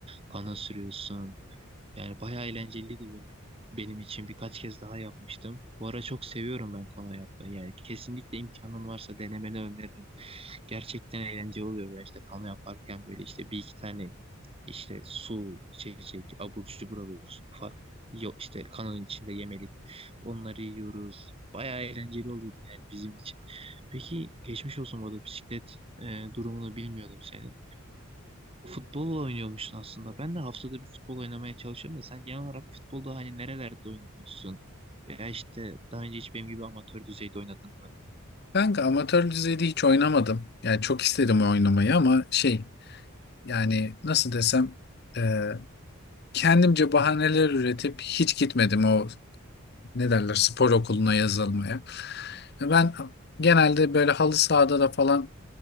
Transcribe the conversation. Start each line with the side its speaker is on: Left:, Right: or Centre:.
Right: Kana sürüyorsun. Yani bayağı eğlenceliydi benim, benim için. Birkaç kez daha yapmıştım. Bu ara çok seviyorum ben kano yapmayı. Yani kesinlikle imkanın varsa denemeni öneririm. Gerçekten eğlenceli oluyor. Veya işte kano yaparken böyle işte bir iki tane işte su, içecek, abur cubur alıyoruz ufak. Yok işte kanonun içinde yemelik. Onları yiyoruz. Bayağı eğlenceli oluyordu yani bizim için. Peki geçmiş olsun bu arada bisiklet e, durumunu bilmiyordum senin. Futbol oynuyormuşsun aslında. Ben de haftada bir futbol oynamaya çalışıyorum da sen genel olarak futbolda hani nerelerde oynuyorsun? Veya işte daha önce hiç benim gibi amatör düzeyde oynadın mı?
Left: Kanka amatör düzeyde hiç oynamadım. Yani çok isterim oynamayı ama şey yani nasıl desem e, kendimce bahaneler üretip hiç gitmedim o ne derler spor okuluna yazılmaya. Ben genelde böyle halı sahada da falan